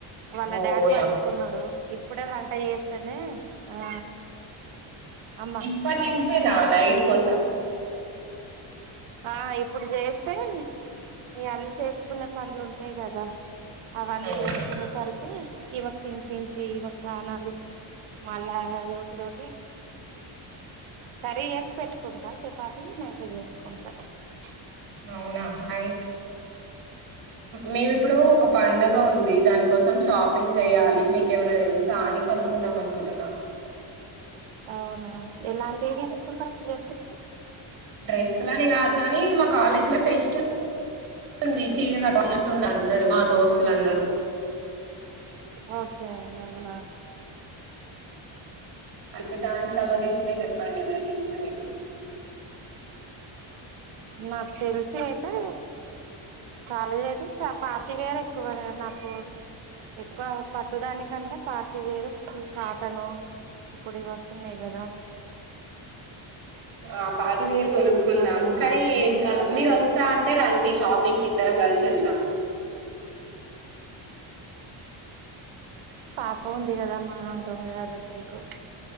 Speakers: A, on the right; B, on the right.
A: వాళ్ళ
B: ఓయమ్మ
A: డాడీ పట్టుకున్నడు ఇ ఇప్పుడే వంట చేస్తేనే ఆ అమ్మా
B: ఇప్పటి నుచ్చే నా నైట్ కోసం
A: ఆ ఇప్పుడు చేస్తే ఇవన్నీ చేసుకునే పనులు ఉంటాయి కదా అవన్నీ
B: ఉహు.
A: చేసుకునేసరికి ఈమెకు తినిపించి, ఈమెకు సానాలు మళ్ళా అదొకటి ఇదికటి కర్రీ వేసి పెట్టుకుంటా చపాతి నైట్ చేసుకుంటా. స
B: అవునా అయితే మేము ఇప్పుడు ఒక పండుగ ఉంది దానికోసం షాప్ షాపింగ్ చేయాలి మీకేమైనా నేను సార్ ని కనుకుందాం అనుకుంటున్నా.
A: అవునా. ఎలాంటిఇతీసుకుంటారు డ్రెస్సెస్..
B: డ్రెస్లని కాదు కాని, మా కాలేజీ లో ఫెస్టివుంది, చీర కడుదాం అంటున్నారు. అందరూ మా దోస్తులుందరూ.
A: ఓకే అవునా.
B: అంటే దానికి సంబంధించిన చెప్ పండి మీది తెలుస్ మీకు. <inaudible>
A: నాకు తెలుసి అయితే. కాలేజ్ అయితే పార్టీవేర్ ఎక్కువ నాకు, ఎక్కువ పట్టుదానికంటే పార్టీవేర్ కాటను, ఇప్పుడు ఇవి వస్తున్నాయి కదా.
B: ఆ పార్టీవేర్ కొనుక్కుందాము.
A: సెమీ కాటన్
B: కానీ
A: లాంటివి
B: ఏం
A: తీసుకొని
B: కాదు, మీరు వస్తా అంటే రండి షాపింగ్కి. ఇద్దరం కలిసి వెళ్దాం.
A: పాప ఉంది కదమ్మా, ఆమెతో కాదు అసలుకు